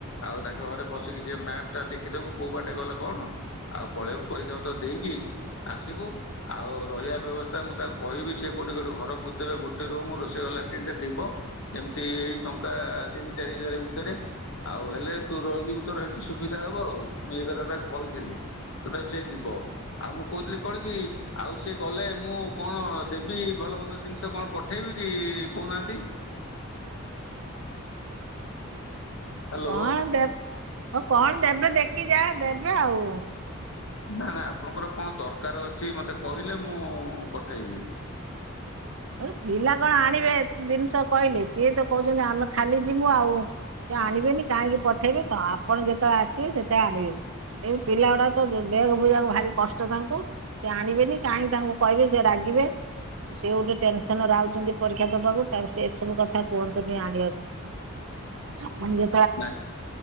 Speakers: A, on the left; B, on the right.
A: ଆଉ ତାଙ୍କ ଘରେ ବସିକି ସେ ମ୍ୟାପ୍ ଟା ଦେଖିଦବୁ କୋଉ ବାଟେ ଗଲେ କଣ ଆଉ ପଳେଇବୁ। ପରୀକ୍ଷା ପତ୍ର ଦେଇକି ଆସିବୁ ଆଉ ରହିବା ବ୍ୟବସ୍ଥା ମୁଁ ତାଙ୍କୁ କହିବି ସିଏ କୋଉଠି ଗୋଟେ ଘର ବୁଝ୍ ଦେବେ ଗୋଟେ ରୁମ ରୋଷେଇ ଘର ଲାଟିନ୍ ଟେ ଥିବ। ଯେମିତି ଏଇ ଟଙ୍କା ତିନି ଚାରି ହଜାର ଭିତରେ ଆଉ ହେଲେ ତୁ ରହିଯିବୁ ତୋର ହେଠି ସୁବିଧା ହବ ଆଉ, ମୁଁ ଏଇ କଥା ତାକୁ କହିଥିଲି। ତଥାପି ସେ ଯିବ, ଆଉ ମୁଁ କହୁଥିଲି କଣ କି? ଆଉ ସିଏ ଗଲେ ମୁଁ କଣ ଦେବି ଭଲ ମନ୍ଦ ଜିନିଷ କଣ ପଠେଇବି କି କହୁନାହାନ୍ତି? ହ୍ୟାଲୋ
B: କଣ ଦେ ହଉ କଣ ଦେବେ ଦେଖି ଯାହା ଦେବେ ଆଉ।
A: ନା ନା ଆପଣଙ୍କର କଣ ଦରକାର ଅଛି ମତେ କହିଲେ ମୁଁ ପଠେଇବି।
B: ଏ ପିଲା କଣ ଆଣିବେ ଏତ୍ ଜିନିଷ କହିଲେ, ସିଏ ତ କହୁଛନ୍ତି ଆମେ ଖାଲି ଯିବୁ ଆଉ ସେ ଆଣିବେନି କାହିଁକି ପଠେଇବେ ତ ଆପଣ ଯେତେବେଳେ ଆସିବେ ସେତେବେଳେ ଆଣିବେ। ଏଇ ପିଲା ଗୁଡ଼ାକ ତ <unintelligible> କୁ ଭାରି କଷ୍ଟ ତାଙ୍କୁ ସେ ଆଣିବେନି କାହିଁକି ତାଙ୍କୁ କହିବେ ସେ ରାଗିବେ ସେ ଗୋଟେ ଟେନସନରେ ଆଉଛନ୍ତି ପରୀକ୍ଷା ଦବାକୁ ତା ସେ ଏସବୁ କଥା କୁହନ୍ତୁନି ଆଣିବାକୁ ଆପଣ ଯେ
A: ନା